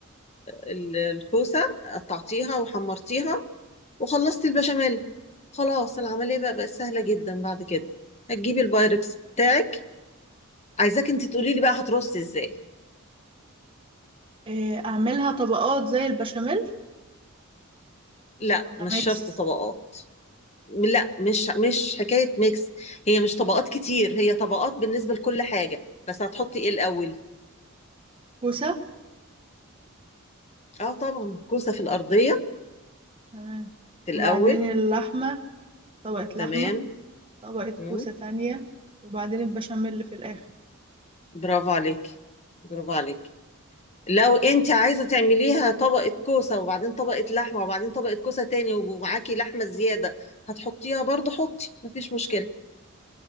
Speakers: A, on the left; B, on the right.
A: ال- الكوسة قطعتيها وحمرتيها وخلصتي البشاميل خلاص العملية بقى بقت سهلة جدا بعد كده هتجيبي البايركس بتاعك عايزاك انت تقولي لي بقى هترصي ازاي
B: إيه، اعملها طبقات زي البشاميل
A: لا
B: ولا
A: مش
B: ميكس
A: شرط طبقات لا مش مش حكاية ميكس هي مش طبقات كتير هي طبقات بالنسبة لكل حاجة بس هتحطي ايه الأول
B: كوسة
A: اه طبعا كوسة في الأرضية
B: تمام
A: في
B: وبعدين
A: الأول
B: اللحمة طبقة لحمة
A: تمام
B: طبقة كوسة
A: مم.
B: تانية وبعدين البشاميل اللي في الآخر
A: برافو عليك برافو عليك لو انت عايزه تعمليها طبقه كوسه وبعدين طبقه لحمه وبعدين طبقه كوسه تاني ومعاكي لحمه زياده هتحطيها برضو حطي مفيش مشكله